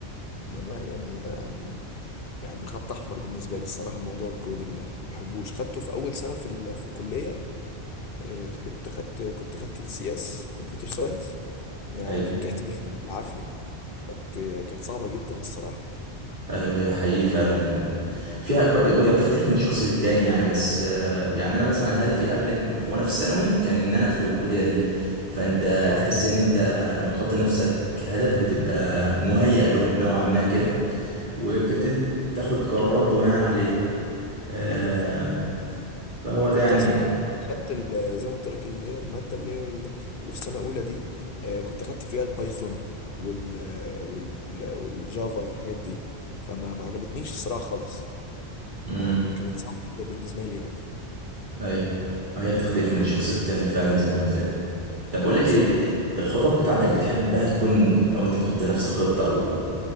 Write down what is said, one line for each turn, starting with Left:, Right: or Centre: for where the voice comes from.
Left: ما ما- يعني ما يعني خط احمر بالنسبه لي الصراحه موضوع الكودينج ده ما بحبوش خدته في اول سنه في ال... في الكليه آه، كنت خدت كنت خدت السي اس كمبيوتر ساينس يعني
Right: ايوه
Left: نجحت بيه فيها بالعافيه كانت كانت صعبه جدا الصراحه
Right: ايوه هي حقيقي فعلا فيها اكواد هي بتختلف من شخص للتاني يعني بس آه، يعني انا مثلا هدفي قبل وانا في الثانوي كان ان انا ادخل الكليه دي فانت
Left: اه
Right: تحس ان انت لما بتحط لنفسك هدف بتبقى مهيأ له نوعا ما كده وبتبتدي
Left: ايوه
Right: تاخد قرارات بناء عليه آه،
Left: ايوه فاهم
Right: فهو
Left: انا كنت
Right: ده يعني
Left: اصلا
Right: انا
Left: أنا كنت خدت ال- زي ما قلت لك اللي هي الماده اللي هي ال- اللي في سنه اولى دي آه، كنت خدت فيها البايثون وال وال والجافا والحاجات دي فما ما عجبتنيش الصراحه خالص
Right: امم
Left: ما ما كانت صعبه جدا بالنسبه لي يعني
Right: ايوه ما هي بتختلف من شخص للتاني فعلا زي ما قلت لك طب بقول
Left: اه
Right: لك
Left: الصراحة
Right: ايه الخطط بتاعتك بتحبها تكون او انت بتحط لنفسك خطه